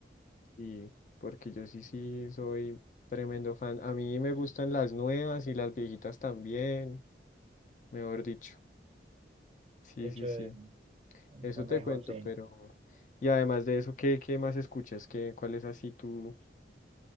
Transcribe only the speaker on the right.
De hecho,
el, el
conejo,
sí.